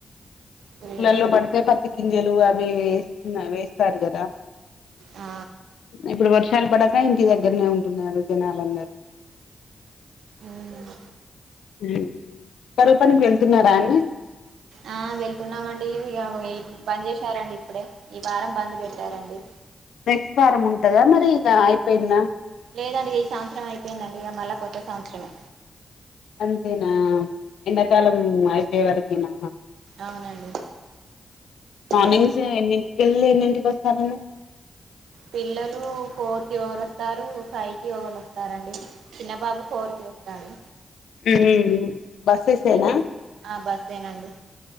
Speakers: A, on the right (about 85°); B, on the left (about 80°).
A: ఫుల్లు
B: ఊర్లల్లో
A: ఎండలు
B: పడితే పత్తి గింజలు అవి ఇవి వేస్తున్నా వేస్తారు కదా
A: ఆ
B: ఇప్పుడు వర్షాలు పడక ఇంటి దగ్గరనే ఉంటున్నారు జనాలందరూ
A: ఉహ్మ్
B: ఉమ్ కరువు పనికి వెళ్తున్నారా అండి
A: ఆ వెళ్తున్నామండి ఇవ్ ఇగ ఒక బంజేస్నరండి ఇప్పుడే ఈ వారం బంద్ పెట్టారండి
B: నెక్స్ట్ వారం ఉంటందా మరి ఇక అయిపోయిందా
A: లేదండి ఈ సంవత్సరం అయిపోయిందండి ఇక మళ్ళీ కొత్త సంవత్సరమే
B: అంతేనా ఎండాకాలం అయిపోయే వరకేనా
A: అవునండి
B: మార్నింగ్స్
A: ఇగ
B: ఎన్నింటికి వెళ్ళి ఎన్నింటికి వస్తారండి
A: పిల్లలు ఫోర్ కి ఓగరు వస్తారు ఫైవ్ కి ఒక్కలు వస్తారండి చిన్న బాబు ఫోర్కి వస్తడు
B: మరి బస్సెస్ ఏ నా
A: కి ఆ బస్ ఏ నండి